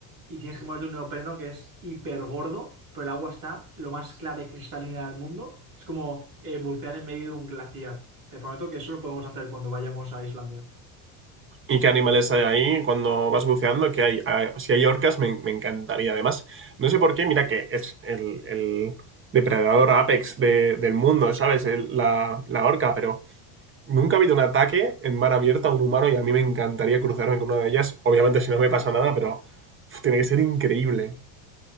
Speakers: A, on the right; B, on the right.
A: y tienes que moverte un neopreno que es hiper gordo pero el agua está lo más clara y cristalina del mundo. Es como eh, bucear en medio de un glaciar. Te prometo que eso lo podemos hacer cuando vayamos a Islandia.
B: ¿Y qué animales hay ahí cuando vas buceando? Que hay, Ah, si hay orcas, me, me encantaría. Además, no sé por qué, mira que es el, el depredador apex de- del mundo, ¿sabes? El- la, la orca, pero Nunca ha habido un ataque en mar abierto a un humano y a mí me encantaría cruzarme con una de ellas. Obviamente, si no me pasa nada, pero uf, tiene que ser increíble.